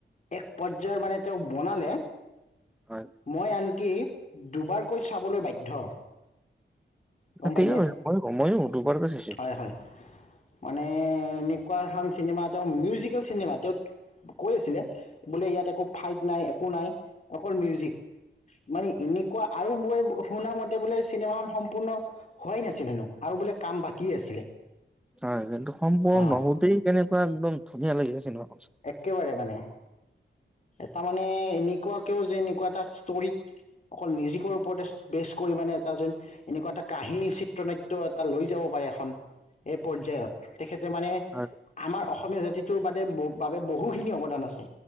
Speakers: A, on the left; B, in the centre.
A: এক পৰ্যায়ৰ মানে তেওঁ বনালে
B: হয়
A: মই আনকি দুবাৰকৈ চাবলৈ বাধ্য। গম পাইনে
B: তে <unintelligible> মইও। দোবাৰ কৈ চাষে।
A: হয় হয় মানে এনেকুৱাখন চিনেমা তেওঁ মিউজিকেল চিনেমা তেওঁ কৈ আছিলে বোলে ইয়াত একো ফাইট নাই একো নাই অকল মিউজিক মানে এনেকুৱা আৰু মই শুনা মতে বোলে চিনেমাখন সম্পূৰ্ণ হোৱাই নাছিল হেনো আৰু বোলে কাম বাকী আছিলে।
B: হয় কিন্তু সম্পূৰ্ণ
A: অঁ
B: নহওতে তেনে একদম ধুনীয়া লাগিছে নহয়।
A: একেবাৰে মানে তাৰ মানে এনেকুৱা কেউ যে এনেকুৱা এটা ষ্ট'ৰী অকল মিউজিকৰ ওপৰতে বেষ্ট কৰি মানে এটা যেন এনেকুৱা এটা কাহিনী চিত্ৰনাট্য এটা লৈ যাব পাৰে এখন এই পয্যায়ত। তেখেত মানে
B: হয়
A: আমাৰ অসমীয়া জাতিটো বাত বুক <inaudible> বাবে বহুখিনি অৱদান আছে।